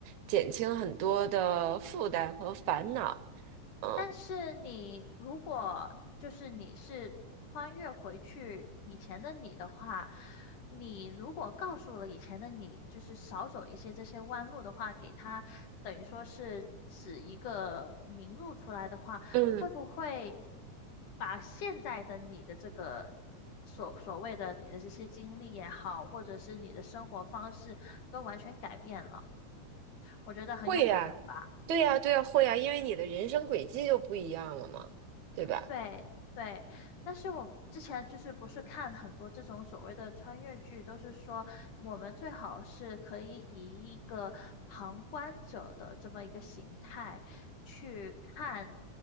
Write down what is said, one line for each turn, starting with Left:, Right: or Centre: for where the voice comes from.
Right: 减轻很多的负担和烦恼。嗯
Left: 但是你如果就是你是穿越回去以前的你的话，你如果告诉了以前的你，就是少走一些这些弯路的话，给他等于说是指一个明路出来的话，
Right: 嗯，
Left: 会不会把现在的你的这个所所谓的你的这些经历也好，或者是你的生活方式都完全改变了？我觉得很有可能吧。
Right: 会呀，对呀，对呀，会呀，因为你的人生轨迹就不一样了嘛，对吧？
Left: 对对，但是我之前就是不是看很多这种所谓的穿越剧，都是说我们最好是可以以一个旁观者的这么一个形态去看